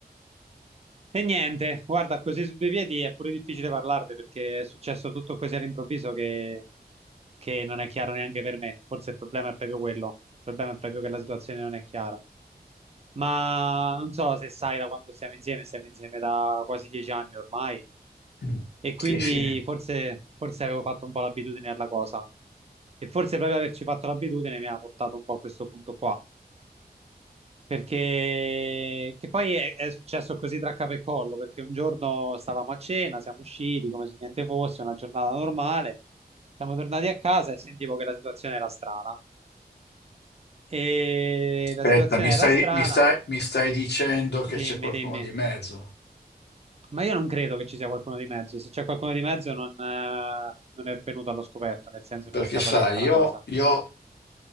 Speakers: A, on the right; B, on the left.
A: E niente, guarda, così su due piedi è pure difficile parlarne perché è successo tutto così all'improvviso che... che non è chiaro neanche per me. Forse il problema è proprio quello. Il problema è proprio che la situazione non è chiara. Ma non so se sai da quando siamo insieme, siamo insieme da quasi dieci anni ormai.
B: Mm.
A: E quindi
B: Sì, sì.
A: forse, forse avevo fatto un po' l'abitudine alla cosa. E forse proprio averci fatto l'abitudine mi ha portato un po' a questo punto qua. Perché che poi è, è successo così tra capo e collo, perché un giorno stavamo a cena, siamo usciti come se niente fosse, una giornata normale, siamo tornati a casa e sentivo che la situazione era strana. E
B: Aspetta,
A: la situazione
B: mi stai,
A: era strana.
B: mi stai, mi stai dicendo che
A: Dimmi,
B: c'è qualcuno
A: dimmi.
B: di mezzo?
A: Ma io non credo che ci sia qualcuno di mezzo. Se c'è qualcuno di mezzo, non, eh, non è venuto allo scoperto, nel senso non
B: Perché
A: è stata
B: sai,
A: detta
B: io,
A: la cosa.
B: io,